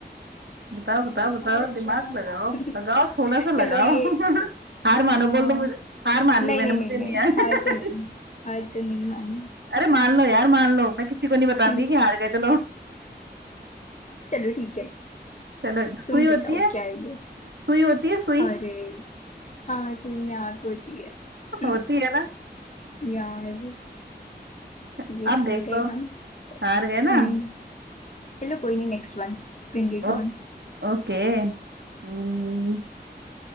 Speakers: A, on the right; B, on the left.
A: बताओ
B: और
A: बताओ बताओ दिमाग
B: क्या
A: लगाओ
B: <laughs>
A: लगाओ थोड़ा सा
B: चलो
A: लगाओ
B: ये
A: <laughs> हार मानो
B: अ,
A: बोल दो मुझे हार मान
B: नहीं
A: ली मैंने
B: नहीं
A: मुझे
B: नहीं
A: नहीं
B: नहीं
A: आया
B: हार तो नहीं हार तो नहीं मानी
A: <laughs> अरे मान लो यार मान लो मैं किसी को नहीं बताऊंगी
B: <laughs>
A: कि हार गए चलो
B: चलो ठीक है
A: चलो
B: तुम
A: सुई होती
B: बताओ
A: है
B: क्या है ये
A: सुई होती है सुई
B: अरे हाँ सुई में आग होती है <laughs>
A: होती है ना
B: यार
A: आप
B: ये हार
A: देख
B: गए
A: लो
B: हम
A: हार गए ना
B: हम्म चलो कोई नहीं next one Bring
A: ओ,
B: it on
A: ओके हम्म,